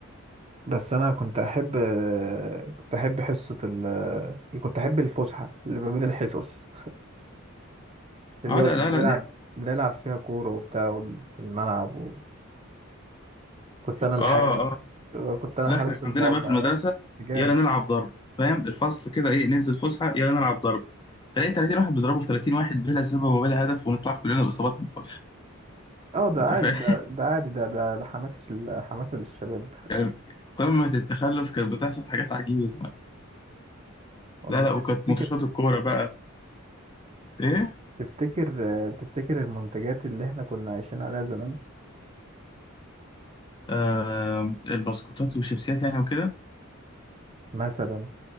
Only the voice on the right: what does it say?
بس انا كنت احب كنت احب حصة ال كنت احب الفسحة اللي ما بين الحصص اللي
هو
بنلعب
بنلعب فيها كورة وبتاع في الملعب كنت انا الحارس
كنت انا
حارس
المرمى
جامد
اه ده
عادي
ده ده عادي ده ده ده حماس ال- حماس للشباب
والله
تفتكر
تفتكر آه، تفتكر المنتجات اللي احنا كنا عايشين عليها زمان
مثلا